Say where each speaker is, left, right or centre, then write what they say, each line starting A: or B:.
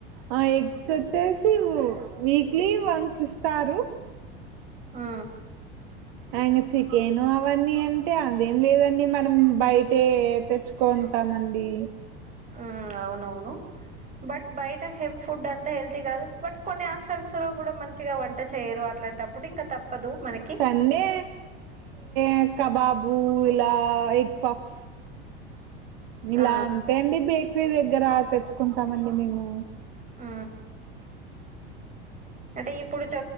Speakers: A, on the right (about 60°); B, on the right (about 25°).
A: ఆ ఎగ్స్ వచ్చేస్ <unintelligible> వీక్లీ వన్స్ ఇస్తారు
B: ఆ
A: అయిన చికెను అవన్నీ అంటే అదేం లేదండి మనం బయటే <unintelligible> కొంతమంది
B: ఆ అవునవును బట్ బయట హె ఫుడ్ అంత హెల్తీ కాదు బట్ కొన్ని హాస్టల్స్ లో కూడ మంచిగ వంట చేయరు అట్లాంట ప్పుడు ఇంక తప్పదు మన
A: సండే అంటెకబాబు ఇలా ఎగ్ పఫ్ ఇలా
B: ఆ
A: అంటే అండి బేకరీ దగ్గర తెచ్చుకుంటమండి మేము
B: ఆ అంటే ఇప్పుడు చ